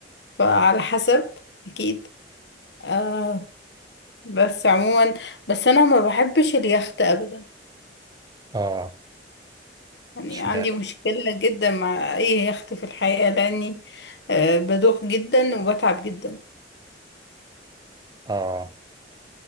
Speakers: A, on the left; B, on the right.
A: فعلى حسب اكيد آه بس عموما بس انا ما بحبش اليخت ابدا
B: اه
A: يعني
B: اشمعنى
A: عندي مشكله جدا مع اي يخت في الحقيقه لاني آه بدوخ جدا وبتعب جدا
B: اه